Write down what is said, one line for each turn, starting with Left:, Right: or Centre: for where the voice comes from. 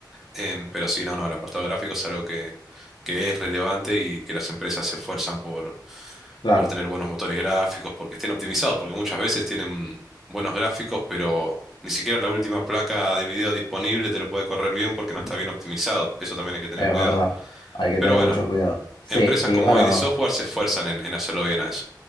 Centre: em, pero sí, no, no, el apartado gráfico es algo que, que es relevante y que las empresas se esfuerzan por,
Left: claro.
Centre: por tener buenos motores gráficos, porque estén optimizados, porque muchas veces tienen buenos gráficos, pero ni siquiera la última placa de video disponible te lo puede correr bien porque no
Left: <laughs>
Centre: está bien optimizado, eso también hay que tener
Left: Es
Centre: cuidado.
Left: verdad. Hay que
Centre: Pero
Left: tener
Centre: bueno,
Left: mucho cuidado. Sí,
Centre: Empresas
Left: y
Centre: como
Left: bueno.
Centre: ID Software se esfuerzan en, en hacerlo bien a eso.